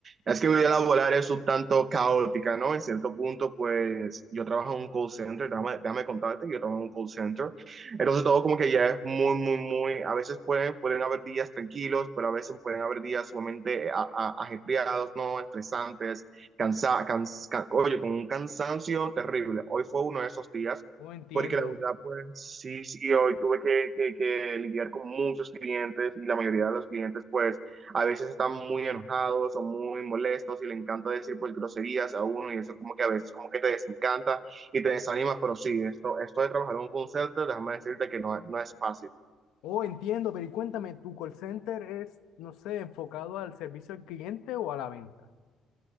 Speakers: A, on the right; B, on the left.
A: es que mi vida laboral es un tanto caótica, ¿no? En cierto punto, pues yo trabajo en un call center, déjame, déjame contarte, que yo trabajo en un call center. Entonces todo como que ya es muy, muy, muy, a veces pueden, pueden haber días tranquilos, pero a veces pueden haber días sumamente eh, a- a- ajetreados, ¿no? Estresantes, cansa, cans- ca- oye, con un cansancio terrible. Hoy fue uno de esos días.
B: Oh, entiendo.
A: Porque la verdad, pues sí, sí, hoy tuve que, que- que lidiar con muchos clientes y la mayoría de los clientes, pues a veces están muy enojados o muy molestos y le encanta decir, pues, groserías a uno y eso como que a veces como que te desencanta y te desanima, pero sí, esto, esto de trabajar en un call center, déjame decirte que no, no es fácil.
B: Oh, entiendo, pero y cuéntame, ¿tu call center es, no sé, enfocado al servicio al cliente o a la venta?